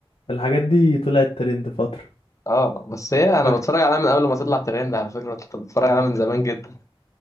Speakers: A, on the left; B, on the left.
A: الحاجات دي طلعت ترند فترة
B: اه بس هي انا
A: فاكر
B: بتفرج عليها من قبل ما تطلع ترند على فكره كنت بتفرج عليها من زمان جدا